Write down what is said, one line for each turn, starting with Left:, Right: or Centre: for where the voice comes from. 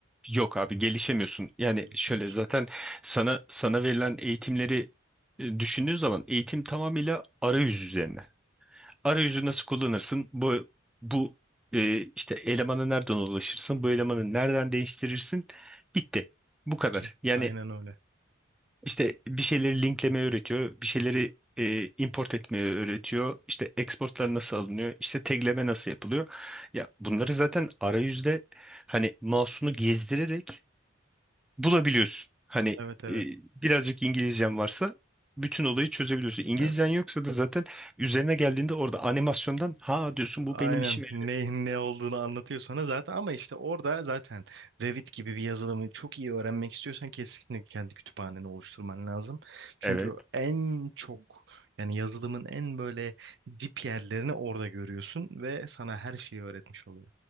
Centre: yok abi gelişemiyorsun. Yani
Right: Gelişemiyorsun
Centre: şöyle zaten sana sana verilen eğitimleri e, düşündüğün zaman eğitim tamamıyla arayüz üzerine. arayüzü nasıl kullanırsın? Bu bu e, işte elemana nereden ulaşırsın? Bu elemanı nereden değiştirirsin? Bitti. Bu kadar.
Right: ki.
Centre: Yani
Right: Aynen öyle.
Centre: işte bir şeyleri linklemeyi öğretiyor. Bir şeyleri e, import etmeyi öğretiyor. İşte exportlar nasıl alınıyor? İşte tagleme nasıl yapılıyor? Ya bunları zaten arayüzde hani mouse'unu gezdirerek bulabiliyorsun. Hani
Right: Evet evet.
Centre: e, birazcık İngilizcen varsa bütün olayı çözebiliyorsun. İngilizcen
Right: Evet.
Centre: yoksa da zaten üzerine geldiğinde orada animasyondan ha diyorsun
Right: Aynen
Centre: bu benim işime yarıyor.
Right: ne, ne olduğunu anlatıyor sana zaten ama işte orada zaten Revit gibi bir yazılımı çok iyi öğrenmek istiyorsan kesinlikle kendi kütüphaneni oluşturman lazım. Çünkü
Centre: Evet.
Right: en çok yani yazılımın en böyle dip yerlerini orada görüyorsun ve sana her şeyi öğretmiş oluyor.